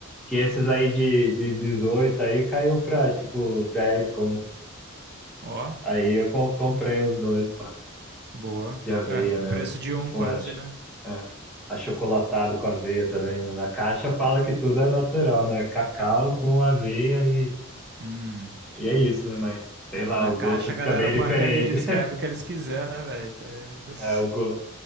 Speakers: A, in the centre; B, on the right.
A: Que esses aí de, de 18 aí caiu pra, tipo, 10 conto.
B: Ó,
A: Aí eu co- comprei os dois,
B: boa.
A: De aveia
B: É,
A: mesmo.
B: preço de um
A: Unas.
B: quase, né?
A: É. Achocolatado com aveia também, né? Na caixa fala que tudo é natural, né? Cacau com aveia e,
B: Hum.
A: e é isso, né? Mas sei
B: É, mas
A: lá,
B: na
A: o
B: caixa
A: gosto
B: a
A: fica
B: galera
A: bem
B: põe
A: diferente.
B: aquele, escreve
A: <laughs>
B: o que eles quiser, né, velho? Tá- <laughs>
A: É, o, go...